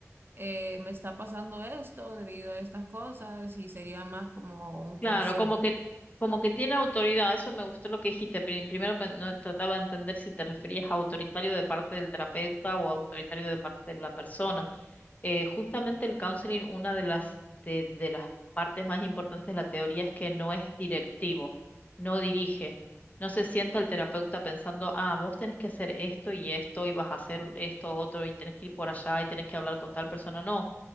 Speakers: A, on the right; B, on the left.
A: eh, me está pasando esto debido a estas cosas y sería más como un
B: Claro,
A: consejo,
B: como que, como
A: ¿no?
B: que tiene autoridad, eso me gustó lo que dijiste. pri- Primero pe- no, trataba de entender si te referías a autoritario de parte del terapeuta o autoritario de parte de la persona. Eh, justamente el counseling, una de las, de, de las partes más importantes de la teoría es que no es directivo, no dirige. No se sienta el terapeuta pensando, ah, vos tenés que hacer esto y esto, y vas a hacer esto otro, y tenés que ir por allá, y tenés que hablar con tal persona. No,